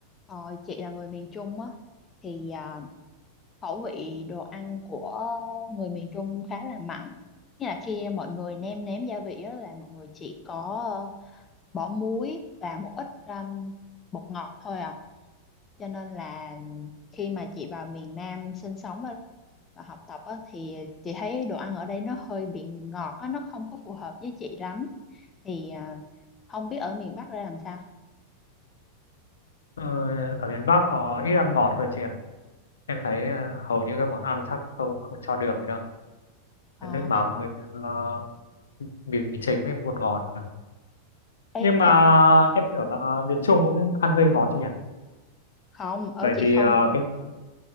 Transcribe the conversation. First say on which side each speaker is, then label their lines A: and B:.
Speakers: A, on the left; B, on the left.
A: Ờ, chị là người miền Trung á thì à, khẩu vị đồ ăn của người miền Trung khá là mặn nghĩa là khi mọi người nêm nếm gia vị á, là mọi người chỉ có ờ, bỏ muối và một ít um, bột ngọt thôi à cho nên là khi mà chị vào miền Nam sinh sống và, và học tập á, thì chị thấy đồ ăn ở đây nó hơi bị ngọt á, nó không có phù hợp với chị lắm thì à, không biết ở miền Bắc ra làm sao
B: Ờ, ở miền Bắc họ ít ăn ngọt hơn chị ạ. Em thấy ờ, hầu như các món ăn chắc không không cho đường ấy đâu.
A: Ờ,
B: Nước mắm với ờ, mì chính với bột ngọt.
A: ê,
B: Nhưng mà
A: hình-
B: em tưởng là miền Trung cũng ăn hơi ngọt chứ nhỉ?
A: không ở
B: Bởi
A: chị
B: vì
A: không
B: ờ, cái